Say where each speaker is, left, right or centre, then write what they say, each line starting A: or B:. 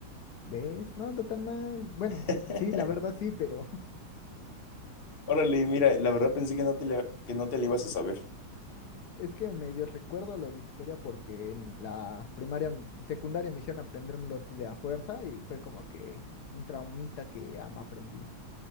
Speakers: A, on the left (about 65°); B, on the left (about 35°).
A: ¿Ves? No anda tan mal. Bueno,
B: <laughs>
A: sí, la verdad sí, pero
B: Órale, mira, la verdad pensé que no te la, que no te la ibas a saber.
A: <laughs> es que medio recuerdo lo de historia porque en la primaria, m- secundaria me hicieron aprendérmelos de a fuerza y fue como que un traumita que ya me aprendí.